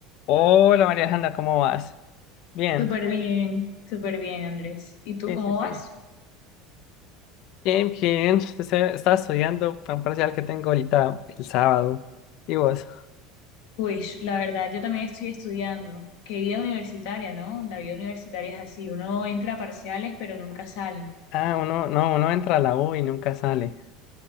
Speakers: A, on the left; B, on the left.
A: Hola María Alejandra, ¿cómo vas? Bien,
B: Súper bien, súper bien, Andrés. ¿Y tú
A: sí,
B: cómo
A: sí,
B: vas?
A: sí. Bien, bien. Este- Estaba estudiando para un parcial que tengo ahorita el sábado. ¿Y vos?
B: Pues la verdad, yo también estoy estudiando. Qué vida universitaria, ¿no? La vida universitaria es así, uno entra a parciales, pero nunca sale.
A: Ah, uno, no, uno entra a la U y nunca sale. <laughs>